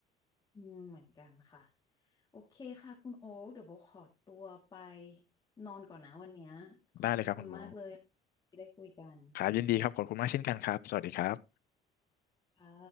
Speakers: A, on the left; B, on the left.
A: อืมเหมือนกันค่ะโอเคค่ะคุณโอ๊คเดี๋ยวโบขอตัวไปนอนก่อนนะวันเนี้ยขอบคุณมากเลย
B: ได้เลยครับคุณโบ
A: ที่ได้คุยกัน
B: ครับยินดีครับขอบคุณมากเช่นกันครับสวัสดีครับ
A: ค่ะ